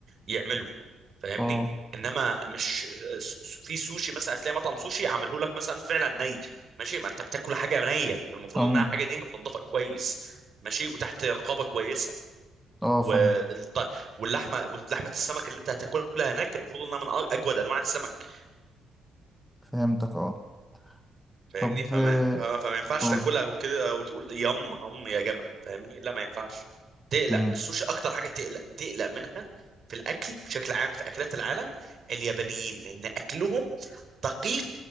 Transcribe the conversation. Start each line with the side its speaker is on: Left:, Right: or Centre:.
Right: يعمله فاهمني
Centre: اه
Right: انما مش س- في سوشي مثلا هتلاقي مطعم سوشي عامله لك مثلا فعلا ني ماشي ما انت بتاكل حاجه نيه فالمفروض
Centre: اه
Right: انها حاجه دي متنضفه كويس ماشي وتحت رقابه كويسه
Centre: اه
Right: والط...
Centre: فاهم
Right: واللحمه ولحمه السمك اللي انت هتاكلها هناك المفروض انها من أ- اجود انواع السمك
Centre: فهمتك اه
Right: فاهمني
Centre: طب
Right: فما
Centre: آه،
Right: فما فما ينفعش
Centre: قول
Right: تاكلها وكده وتقول يم هم يا جمل فاهمني لا ما ينفعش تقلق
Centre: مم.
Right: السوشي اكتر حاجه تقلق تقلق منها في الاكل بشكل عام في اكلات العالم اليابانيين لان اكلهم دقيق